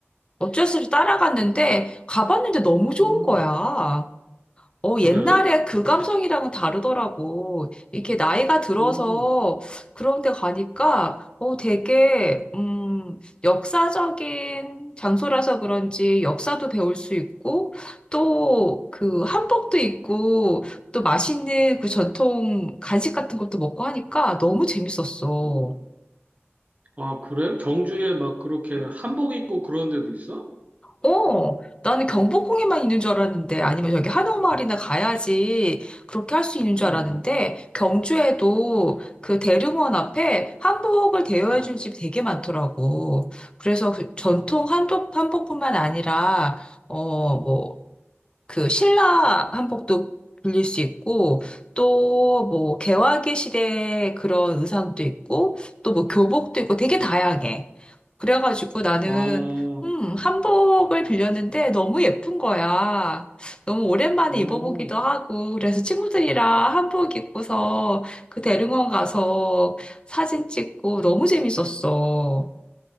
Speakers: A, on the left; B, on the right.
A: 어쩔 수 없이 따라갔는데 가봤는데 너무 좋은
B: 음,
A: 거야. 어, 옛날에
B: 그래?
A: 그 감성이랑은 다르더라고. 이렇게 나이가 들어서
B: 오,
A: 그런 데 가니까, 어, 되게, 음, 역사적인 장소라서 그런지 역사도 배울 수 있고, 또 그 한복도 있고, 또 맛있는 그 전통 간식 같은 것도 먹고 하니까 너무 재밌었어.
B: 오. 아, 그래? 경주에 막 그렇게 한복 입고 그런 데도 있어?
A: 어, 나는 경복궁에만 있는 줄 알았는데, 아니면 저기 한옥마을이나 가야지 그렇게 할 수 있는 줄
B: 응.
A: 알았는데, 경주에도 그 대릉원 앞에 한복을 대여해준
B: 어,
A: 집이 되게 많더라고. 그래서 그 전통
B: 어.
A: 한복, 한복뿐만 아니라, 어, 뭐, 그 신라 한복도 빌릴 수 있고 또 뭐 개화기 시대의 그런 의상도 있고 또 뭐 교복도 있고 되게 다양해. 그래가지고 나는
B: 와,
A: 음, 한복을 빌렸는데 너무 예쁜 거야. 너무 오랜만에
B: 오,
A: 입어보기도 하고 그래서 친구들이랑 한복 입고서 그 대릉원 가서 사진 찍고 너무 재밌었어.